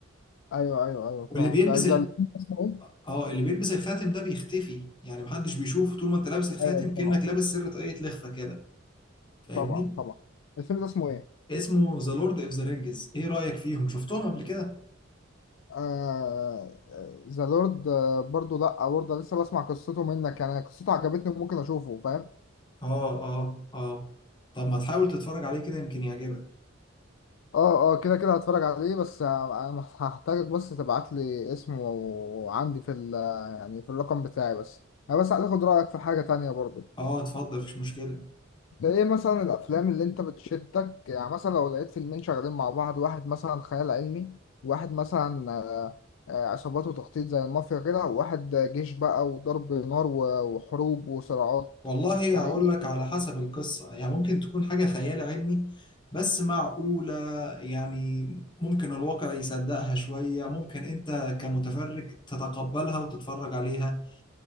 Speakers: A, on the left; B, on the left.
A: ايوه ايوه ايوه فاهم
B: واللي بيلبس
A: ده
B: ال...
A: ده الفيلم اسمه ايه؟
B: اه اللي بيلبس الخاتم ده بيختفي يعني محدش بيشوفه طول ما انت لابس الخاتم
A: ايوه
B: كأنك
A: طبعا
B: لابس سر طاقية لخفة كده فاهمني
A: طبعا طبعا الفيلم ده اسمه ايه؟
B: اسمه ذا لورد اوف ذا رينجز ايه رأيك فيهم شفتهم قبل كده
A: آه ذا لورد آه برضه لا برضه لسه بسمع قصته منك يعني قصته عجبتني ممكن اشوفه فاهم
B: اه اه اه طب ما تحاول تتفرج عليه كده يمكن يعجبك
A: اه اه كده كده هتفرج عليه بس انا هحتاجك بس تبعت لي اسمه وعندي في ال يعني في الرقم بتاعي بس انا بس عايز اخد رايك في حاجه تانية برضو
B: اه اتفضل مفيش مشكلة
A: ده ايه مثلا الافلام اللي انت بتشدك يعني مثلا لو لقيت فيلمين شغالين مع بعض واحد مثلا خيال علمي وواحد مثلا آه، آه، عصابات وتخطيط زي المافيا كده وواحد جيش بقى وضرب نار و- وحروب وصراعات
B: والله
A: يعني
B: هقول
A: ايه اللي-
B: لك على حسب القصة يعني ممكن تكون حاجة خيال علمي بس معقولة يعني ممكن الواقع يصدقها شوية ممكن انت كمتفرج تتقبلها وتتفرج عليها